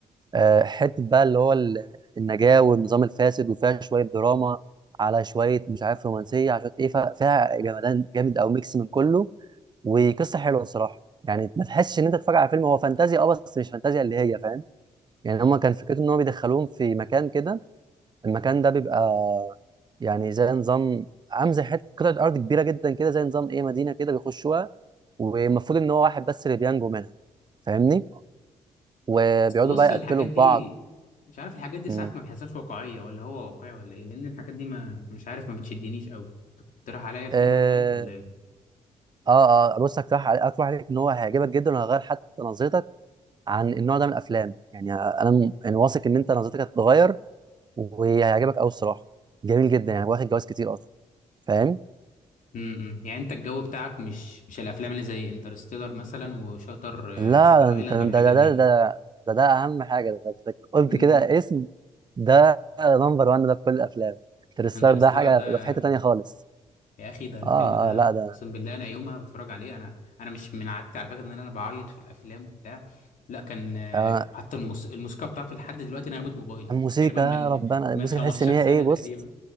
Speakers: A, on the right; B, on the left.
A: آه، حته بقى اللي هو ال- النجاه والنظام الفاسد وفيها شويه دراما على شويه مش عارف رومانسيه عشان ايه ف- فيها جمدان جامد او ميكس من كله وقصه حلوه الصراحه يعني ما تحسش ان انت تتفرج على فيلم هو فانتازيا اه بس مش فانتازيا اللي هي فاهم يعني هما كان فكرته ان هو بيدخلوهم في مكان كده المكان ده بيبقى يعني زي نظام عامل زي حته قطعه ارض كبيره جدا كده زي نظام ايه مدينه كده بيخشوها والمفروض ان هو واحد بس اللي بينجو منها فاهمني وبيقعدوا
B: بس بص
A: بقى يقتلوا
B: الحاجات
A: في
B: دي
A: بعض
B: مش عارف الحاجات دي
A: مم.
B: ساعات ما بحسهاش واقعية ولا هو واقعي ولا ايه لان الحاجات دي ما مش عارف ما بتشدنيش قوي تقترح عليا الفيلم
A: اه
B: ده طيب ولا ايه
A: اه آه، بص هقترح عليك هقترح عليك ان هو هيعجبك جدا وهيغير حتى نظرتك عن النوع ده من الافلام يعني انا م- يعني واثق ان انت نظرتك هتتغير وهيعجبك قوي الصراحه جميل جدا يعني واخد جوايز كتير اصلا فاهم
B: امم يعني انت الجو بتاعك مش مش الافلام اللي زي انترستيلر مثلا وشاتر
A: لا
B: شاتر
A: انت
B: ايلاند
A: ده
B: والحاجات
A: ده
B: دي
A: ده ده ده, ده اهم حاجه ده أنت قلت
B: امم
A: كده اسم ده نمبر 1 ده في كل الافلام انترستار
B: انترستيلر
A: ده حاجه
B: ده
A: ده في حته تانية خالص
B: يا اخي ده الفيلم
A: اه
B: ده
A: اه لا
B: اقسم
A: ده
B: بالله انا يوم ما بتفرج عليه انا انا مش من عادتي على فكرة ان انا بعيط في الافلام وبتاع لا كان آه،
A: آه
B: حتى الموس... الموسيقى بتاعته لحد دلوقتي نغمة موبايلي
A: الموسيقى
B: تقريبا من
A: يا ربنا
B: من
A: الموسيقى
B: 15
A: تحس ان هي
B: سنة
A: ايه بص
B: تقريبا